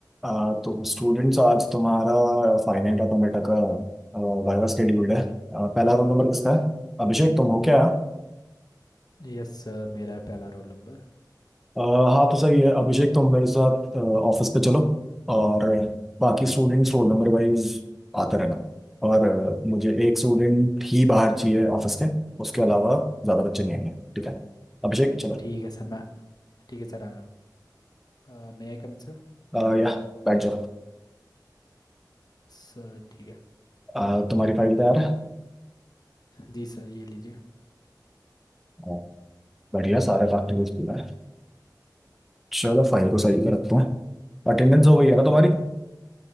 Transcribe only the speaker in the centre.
आ, तो स्टूडेंट्स आज तुम्हारा फाइनाइट ऑटोमेटा का वाइवा शेड्यूल है आ, पहला रोल नंबर किसका है अभिषेक तुम हो क्या
आ, हाँ तो सही है अभिषेक तुम मेरे साथ ऑफिस पे चलो और बाकी स्टूडेंट्स रोल नंबर वाइज आते रहना और अ, मुझे एक स्टूडेंट ही बाहर चाहिए ऑफिस के उसके अलावा ज़्यादा बच्चे नहीं आएंगे ठीक है अभिषेक चलो
आ, या बैठ जाओ
आ, तुम्हारी फाइल तैयार है
आ, बढ़िया सारे प्रैक्टिकल्स पूरा है चलो फाइल को सही पे रखते हैं अटेंडेंस हो गई है ना तुम्हारी